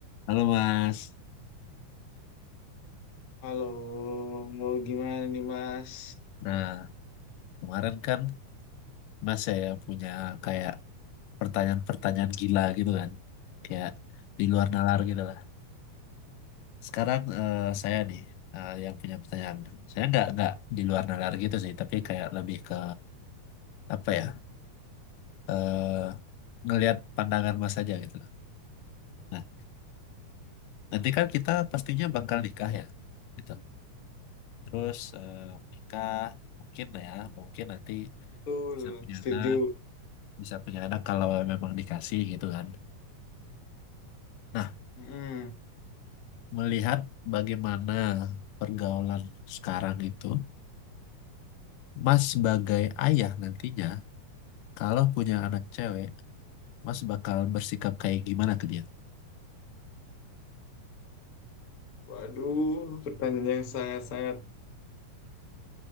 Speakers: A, on the left; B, on the left.
A: Halo Mas.
B: Halo, mau gimana nih Mas?
A: Nah, kemarin kan Mas saya punya kayak pertanyaan-pertanyaan gila gitu kan. Kayak di luar nalar gitu lah. Sekarang eh, saya nih eh, yang punya pertanyaan. Saya nggak nggak di luar nalar gitu sih, tapi kayak lebih ke apa ya? eh ngelihat pandangan Mas aja gitu loh. Nah, nanti kan kita pastinya bakal nikah ya. Gitu. Terus eh, nikah mungkin lah ya, mungkin nanti
B: Betul,
A: bisa punya
B: setuju.
A: anak, bisa punya anak kalau memang dikasih gitu kan. Nah,
B: Mm-mm.
A: melihat bagaimana pergaulan sekarang itu, Mas sebagai ayah nantinya, kalau punya anak cewek, Mas bakal bersikap kayak gimana ke dia?
B: Waduh, pertanyaan yang sangat-sangat,